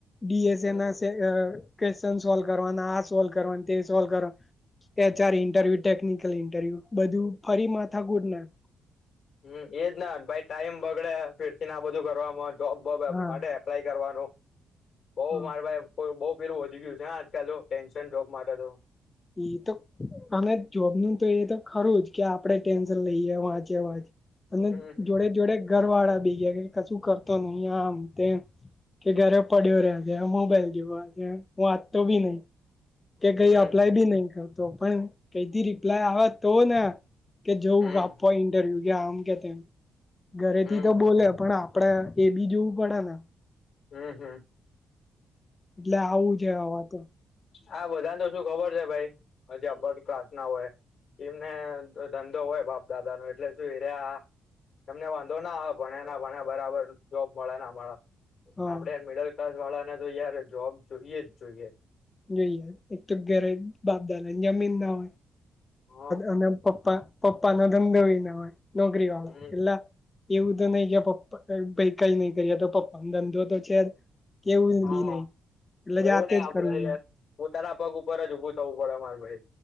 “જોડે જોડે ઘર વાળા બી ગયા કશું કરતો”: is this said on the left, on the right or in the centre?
Left